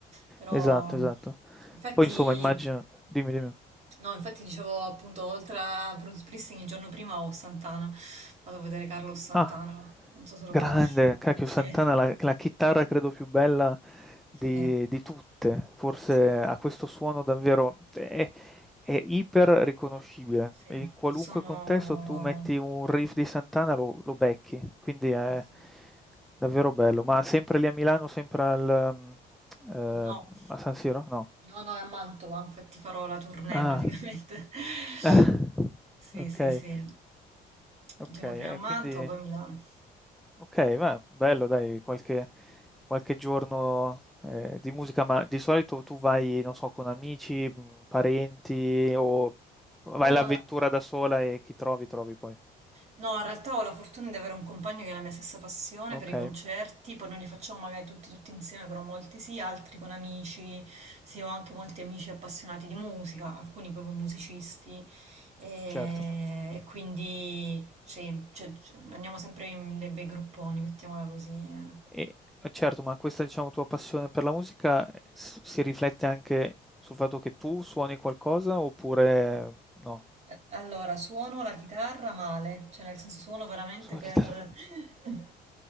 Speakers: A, on the right (about 40°); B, in the centre.
A: Però,
B: Esatto, esatto.
A: infatti,
B: Poi insomma immagino dimmi, dimmi.
A: no, infatti dicevo appunto, oltre a Bruce Springsteen, il giorno prima ho Santana. Vado a vedere Carlos Santana,
B: Ah,
A: non so se lo
B: grande,
A: conosci.
B: cacchio
A: Sì,
B: Santana, la, la chitarra credo più bella
A: sì,
B: di, di tutte, forse
A: sì.
B: ha questo suono davvero, è, è iper riconoscibile,
A: Sì,
B: in qualunque
A: sono...
B: contesto tu metti un riff di Santana lo, lo becchi, quindi è
A: eh sì.
B: davvero bello, ma sempre lì a Milano, sempre al, mm, ehm,
A: No,
B: a San Siro? No.
A: no, no, è a Mantova, infatti farò la tournée
B: Ah,
A: praticamente. <laughs>
B: <laughs>
A: Sì,
B: ok,
A: sì, sì. Il
B: ok,
A: giorno
B: eh,
A: prima a Mantova,
B: quindi...
A: poi a Milano.
B: Ok, ma bello, dai, qualche, qualche giorno eh, di musica, ma di solito tu vai, non so, con amici, mh, parenti o vai
A: Allora,
B: all'avventura da sola e chi trovi, trovi poi.
A: No, in realtà ho la fortuna di avere un compagno che ha la mia stessa passione
B: Ok,
A: per i concerti, poi non li facciamo magari tutti, tutti insieme, però molti sì, altri con amici, sì, ho anche molti amici appassionati di musica, alcuni proprio musicisti, e,
B: certo.
A: e quindi sì, cioè, andiamo sempre in dei bei grupponi, mettiamola così. eh.
B: E, eh, certo, ma questa, diciamo, tua passione per la musica eh, s- si riflette anche sul fatto che tu suoni qualcosa oppure no?
A: Eh, Allora, suono la chitarra male, cioè nel senso suono veramente
B: Suona
A: per...
B: chitarra.
A: <laughs>